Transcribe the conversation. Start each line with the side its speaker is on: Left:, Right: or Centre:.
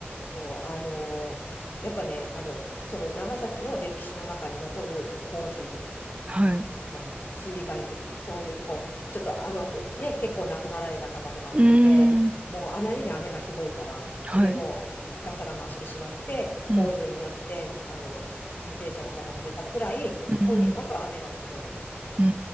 Left: そう、あのーやっぱね、あの、その長崎の歴史の中に残る洪水とかね、
Right: はい。う
Left: あの、水害とかね、そういうこう、ちょっとあの、ね、結構亡くなられた方とかも出て、
Right: ーん、
Left: もうあまりに雨がひどいから、
Right: はい。
Left: それでもう水かさが増してしまって、
Right: うん、
Left: 洪水になって、あの、犠牲者の方も出たくらい、
Right: うん、
Left: とにかく雨がひどい。
Right: うん。